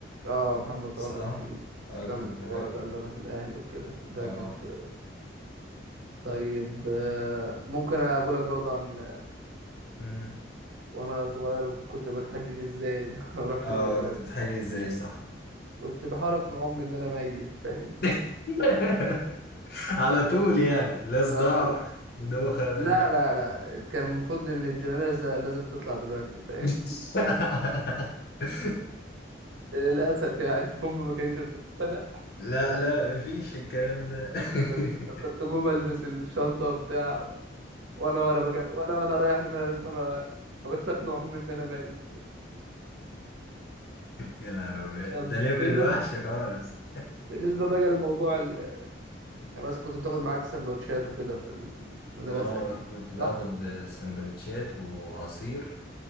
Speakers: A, on the right; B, on the left.
A: اه محمد صلاح
B: صح؟
A: كان في
B: اه
A: اسلام
B: كان
A: الفار
B: في الأول
A: ده اللي راح الاهلي وكده ده
B: اه
A: كان في طيب آه، ممكن اقول لك برضو عن
B: أمم.
A: وانا صغير كنت بتحجج ازاي <laughs> إن أنا ما اروحش
B: اه
A: المدرسه
B: كنت بتحيي ازاي صح؟
A: كنت بحاول اقنع امي ان انا ميت فاهم
B: <laughs> على طول يعني لا صداع
A: آه
B: آه. ولا دوخة
A: لا
B: ولا
A: لا لا كان المفروض ان الجنازه لازم تطلع دلوقتي فاهم
B: <laughs>
A: للاسف يعني <laughs> امي ما كانتش بتقتنع
B: لا لا مفيش الكلام ده
A: بس
B: <laughs>
A: كنت اقوم البس الشنطه بتاع وانا وانا بجا وانا وانا رايح المدرسه وانا حاولت اقنع امي ان انا ميت
B: يا نهار أبيض
A: طب
B: ده ليفل
A: بالنسبه
B: وحش خالص
A: بالنسبة بقى لموضوع ال...
B: <laughs>
A: يعني مثلا كنت بتاخد معاك سندوتشات وكده في المدرسة
B: اه
A: أكيد
B: كنت باخد
A: صح؟
B: سندوتشات وعصير